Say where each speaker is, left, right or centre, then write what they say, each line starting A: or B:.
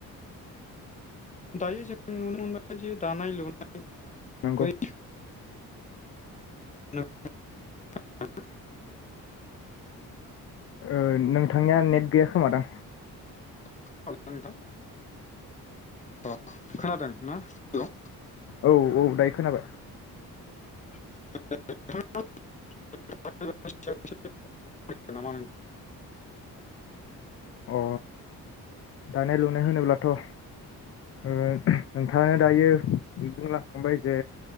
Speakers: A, on the left; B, on the left.
A: दायो जों नुनो मोनबाय जे दानाय लुनाय
B: नंगौ
A: बै <unintelligible> <unintelligible>
B: ओ नोंथांनिया नेट गैया खोमा दां?
A: <unintelligible> नोंथां अ खोनादों ना हेलौ?
B: औ औ दायो खोनाबाय।
A: <unintelligible> नामा
B: अ दानाय लुनाय होनोब्लाथ' ओ नोंथाङानो दायो बुंलांखांबाय जे